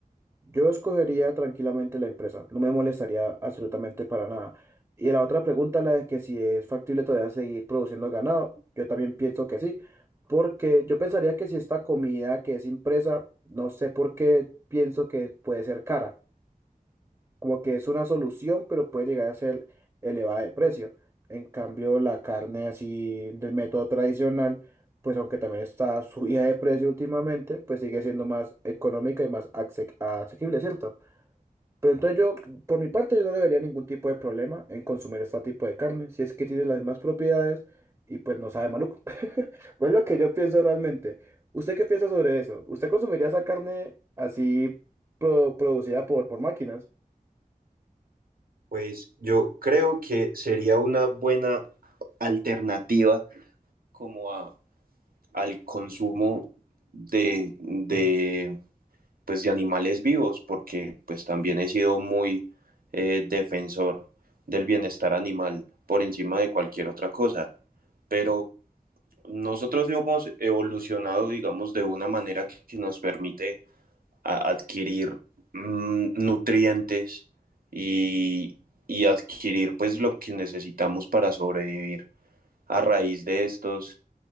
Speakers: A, on the right (about 20°); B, on the right (about 75°).
A: Yo escogería tranquilamente la empresa, no me molestaría absolutamente para nada. Y la otra pregunta, la de que si es factible todavía seguir produciendo ganado, yo también pienso que sí, porque yo pensaría que si esta comida que es impresa, no sé por qué pienso que puede ser cara, como que es una solución, pero puede llegar a ser elevada de precio. En cambio, la carne así del método tradicional, pues aunque también está <laughs> subida de precio últimamente, pues sigue siendo más económica y más acce- asequible, ¿cierto? Pero entonces yo, por mi parte, yo no le vería ningún tipo de problema en consumir este tipo de carne, si es que tiene las mismas propiedades y pues no sabe maluco. <laughs> Pues lo que yo pienso realmente. ¿Usted qué piensa sobre eso? ¿Usted consumiría esa carne así pro- producida por, por máquinas?
B: Pues yo creo que sería una buena alternativa como a, al consumo de, de, pues de animales vivos, porque pues también he sido muy eh, defensor del bienestar animal por encima de cualquier otra cosa. Pero nosotros hemos evolucionado, digamos, de una manera que nos permite a adquirir mmm, nutrientes y, y, adquirir pues lo que necesitamos para sobrevivir a raíz de estos,